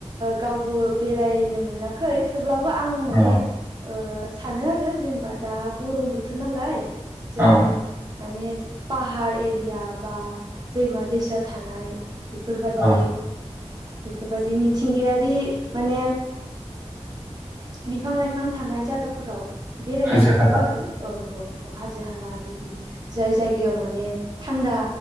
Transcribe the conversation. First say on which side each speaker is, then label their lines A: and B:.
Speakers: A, on the right; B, on the right.
A: गावबो बेरायनो मोनाखै थांडाखै थेवब्लाबो आं माने
B: औ
A: सानो आरो जेनेबा दा गरम बोथोर नालाय जों
B: औ
A: माने पाहार एरिया बा दैमा दैसा थानाय बेफोरबायदि
B: औ
A: बेफोरबायदि मिथिंगायारि माने बिफां लाइफां थानाय जायगाफोराव बेरायहैनांगौ
B: हाजो हाला
A: आरो औ औ औ हाजो हाला जाय जायगायाव माने थान्दा